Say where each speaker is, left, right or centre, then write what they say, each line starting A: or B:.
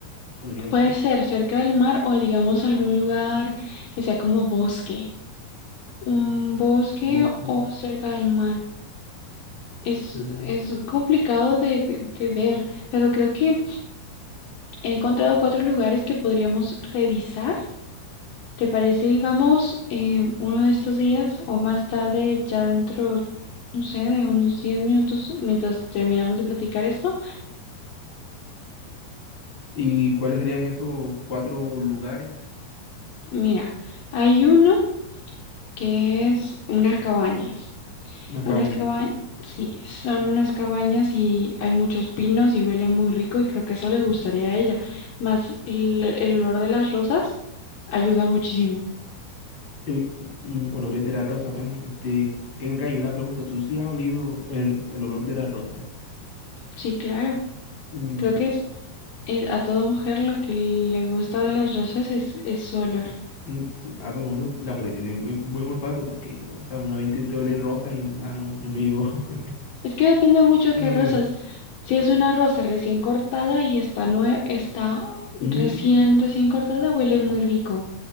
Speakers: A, on the left; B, on the left.
A: Podría
B: Puede
A: ser.
B: ser cerca del mar o digamos algún lugar que sea como bosque, un bosque
A: Bosque.
B: o cerca del mar. Es,
A: mm.
B: es complicado de, de- de ver, pero creo que he encontrado cuatro lugares que podríamos revisar. ¿Te parece? Y vamos eh, uno de estos días o más tarde, ya dentro, no sé, de unos 10 minutos, mientras terminamos de platicar esto.
A: ¿Y cuáles serían esos cuatro lugares?
B: Mira, hay uno que es unas cabañas.
A: Una cabaña.
B: Unas cabañas, sí, son unas cabañas y hay muchos pinos y huele muy rico y creo que eso le gustaría a ella. Más el, el olor de las rosas ayuda muchísimo.
A: Eh, mm, olores de la rosa, bueno, este, en acá hay una pregunta, ¿tú sí has olido el, el olor de la rosa?
B: Sí, claro.
A: Mm,
B: Creo que es- eh, a toda mujer lo que le gusta de las rosas es, es su olor.
A: mm, ah, pero bueno, la mole tiene un buen, buen olfato porque yo, o sea, una vez intenté oler rosas y nada, no, no me llegó <laughs>
B: Es que depende mucho de
A: el
B: qué
A: olor.
B: rosas. Si es una rosa recién cortada y está, nue- está
A: Mm,
B: recién, recién cortada, huele muy rico.